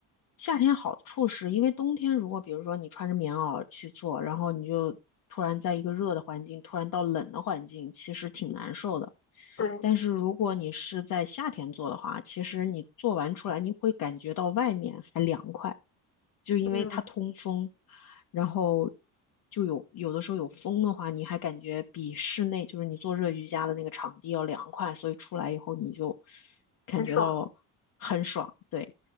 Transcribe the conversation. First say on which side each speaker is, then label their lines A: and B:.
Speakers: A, on the left (about 55°); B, on the left (about 35°).
A: 夏天好处是，因为冬天如果比如说你穿着棉袄去做，然后你就突然在一个热的环境，突然到冷的环境，其实挺难受的。
B: <laughs> 对。
A: 但是如果你是在夏天做的话，其实你做完出来，你会感觉到外面还凉快，就因为它通风。
B: 嗯。
A: 然后就有有的时候有风的话，你还感觉比室内就是你做热瑜伽的那个场地要凉快，所以出来以后你就感觉到很爽，
B: 很爽。
A: 对。